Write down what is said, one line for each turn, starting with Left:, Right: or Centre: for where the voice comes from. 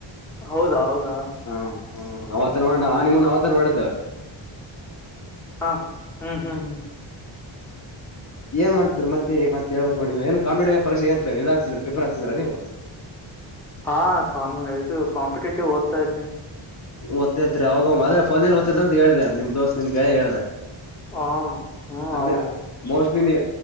Centre: ಹೌದಾ ಹೌದಾ
Left: ಹಾ ಹ ಅವತನ ನೋಡ ನಾ ನಿಮ್ಮನ್ ಅವತನ ನೋಡಿದ.
Centre: ಹಾ ಹ್ಮ್ ಹ್ಮ್ ಹ್ಮ್.
Left: ಏನ್ ಮಾಡ್ತಿದ್ರ ಮತ್ತೆ ಮತ್ತ ಹೇಳ ಬೇಕ ನೋಡ್ ನೀವ ಏನ್ ಕಾಂಪಿಟೇಟಿವ್ ಪರೀಕ್ಷೆ ಇದ ಆಗ್ತ್ರ ಪೇಪರ್ ಆಗತಿದಿರ ನೀವು.
Centre: ಹಾ ಕಾಮ ಇದು ಕಾಂಪಿಟೇಟಿವ್ ಓದ್ತಾ ಇದ್ದೇನಿ.
Left: ಓದತಾ ಇರುತೀರ ಅವಾಗ <unintelligible> ಫೋನೇ ಓತ್ತರ್ ಅಂತ ಹೇಳ್ದೆ ನಿಮ್ ದೋಸ್ ನಿಮ್ ಗೆಳಯ ಹೇಳ್ದ.
Centre: ಹ ಹ್ಮ
Left: ಅದ್ನೇ
Centre: ಹೌ
Left: ಮೋಸ್ಟ್ಲಿ ನೀ